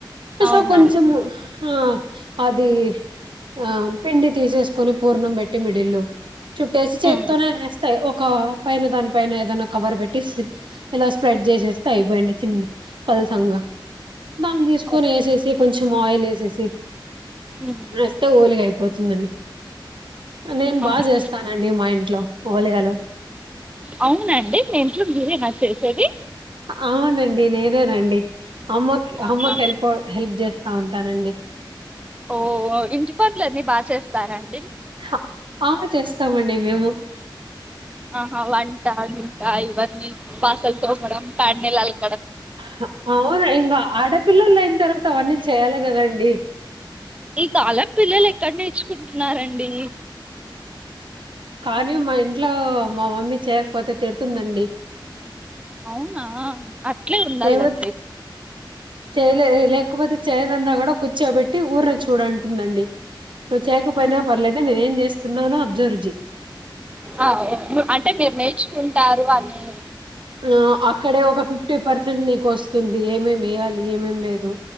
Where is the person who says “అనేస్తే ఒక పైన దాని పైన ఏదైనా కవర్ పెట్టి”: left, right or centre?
Right